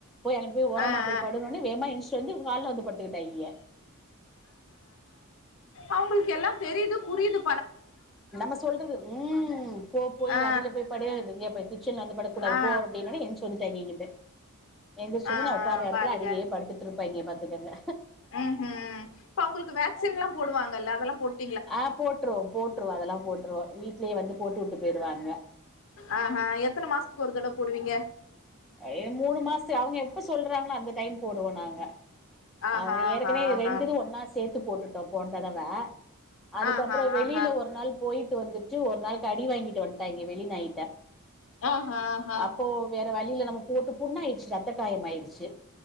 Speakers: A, in the centre; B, on the left.
A: போய் அங்குட்டு போய் ஓரமா
B: ஆ ஆ
A: போய் படுங்கன்னு வேமா எந்திச்சி வந்து கால்ல வந்து படுத்துக்கிட்டாங்க
B: அவுங்களுக்கு எல்லா தெரியிது புரியிது
A: நம்ம சொல்றது ம் போ போய்
B: ஆ
A: அடில போய் படு அப்டிங்கயே போயி கிச்சன்ல வந்து படுக்ககூடாது
B: ஆ
A: போ அப்டின்ன ஒன்னே எந்ச்சு வந்துட்டாங்க இங்கிட்டு எந்திரிச்சி
B: ஆ
A: வந்து நா உக்கார்ர எடத்துல
B: பாருங்க
A: அடியிலயே படு த்துருப்பாங்க பாத்துக்கோங்க
B: ம் ம் இப்ப அவுங்களுக்கு வேக்சின்ல்லா போடுவாங்கல்ல அதெல்லா போட்
A: ஆ போட்டுருவோ போட்டுருவோ அதெல்லா போட்டுருவோ வீட்லயே வந்து போட்டு விட்டு போயிடுவாங்க
B: ஆ ஹா எத்தன மாசத்துக்கு ஒரு தடவ போடுவீங்க
A: ஏ மூணு மாசோ அவங்க எப்ப சொல்றாங்களோ அந்த டைம் போடுவோ நாங்க
B: ஆஹா
A: ஆமா
B: ஆஹா
A: ஏற்கனவே
B: ஆஹா
A: ரெண்டுது ஒன்னா சேத்து போட்டுட்டோ போன தடவ அதுக்கப்பறோ
B: ஆஹா
A: வெளில
B: ஆஹா
A: ஒரு நாள் போயிட்டு வந்துட்டு ஒரு நாள் கடி வாங்கிட்டு வந்ட்டாங்க வெளிநாய்ட்ட
B: ஆஹா ஆஹா
A: அப்போ வேற வழி இல்ல நம்ம போட்டு புண்ணாயிடுச்சி ரத்த காயம் ஆயிடுச்சி